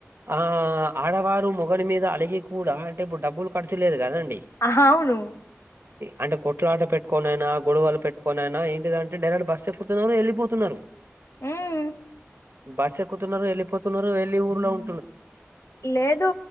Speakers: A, on the right; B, on the left.
A: ఆ ఆడవారు మొగని మీద అలిగీ కూడా అంటే ఇప్పుడు డబ్బులు ఖర్చులేదు కదండి
B: ఆహా అవును
A: అంటే కొట్లా ఆట పెట్టుకోనైనా గొడవలు పెట్టుకోనైనా ఏంటిదంటే అంటే డైరెక్ట్ బస్ ఎక్కుతున్నారు వెళ్ళిపోతున్నారు
B: ఉం
A: బస్సు ఎక్కుతున్నారు వెళ్ళిపోతున్నారు వెళ్లి ఊర్లో ఉ
B: లేదు